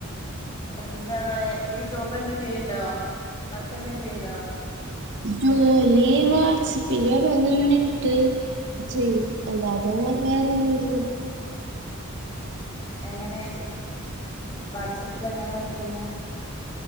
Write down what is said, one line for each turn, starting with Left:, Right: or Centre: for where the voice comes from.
Left: എന്താ വേ എന്തെങ്കിലും ജോബ് എന്താ ചെയ്യണ്ടോ വർക്ക് എന്താ ചെയ്യണ്ടോ
Right: ജോലി വർച്ച് പിന്നട വന്നണ ഇട്ടിട്ട് ചെയ്യും അല്ലാ അത വേറെൊന്നും
Left: എങ്ങനെ വാട്സപ്പിൽ എങ്ങനെ വർക്ക് ചെയണെ